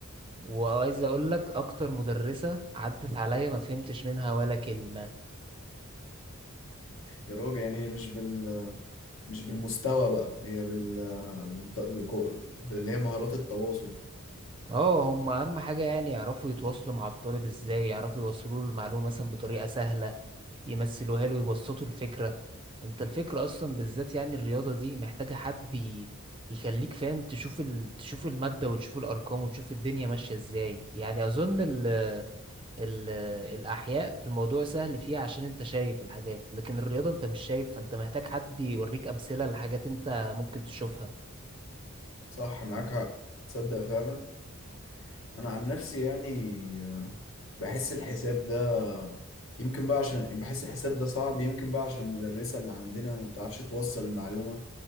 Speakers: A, on the right; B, on the left.
A: وعايز اقول لك اكتر مدرسة عدت عليا ما فهمتش منها ولا كلمة
B: يا راجل يعني هي مش بال مش بالمستوى بقى هي بال بالت... بالكو- باللي هي مهارات التواصل
A: اه هم اهم حاجة يعني يعرفوا يتواصلوا مع الطالب ازاي يعرفوا يوصلوا له المعلومة مثلا بطريقة سهلة يمثلوها له ويبسطوا الفكرة انت الفكرة اصلا بالذات يعني الرياضة دي محتاجة حد ي- يخليك فاهم تشوف ال... تشوف المادة وتشوف الارقام وتشوف الدنيا ماشية ازاي يعني اظن ال... ال- الأحياء الموضوع سهل فيها عشان أنت شايف الحاجات لكن الرياضة أنت مش شايف فأنت محتاج حد يوريك أمثلة لحاجات أنت ممكن تشوفها
B: صح معاك حق تصدق فعلا أنا عن نفسي يعني بحس الحساب ده يمكن بقى عشان بحس الحساب ده صعب يمكن بقى عشان المدرسة اللي عندنا ما بتعرفش توصل المعلومة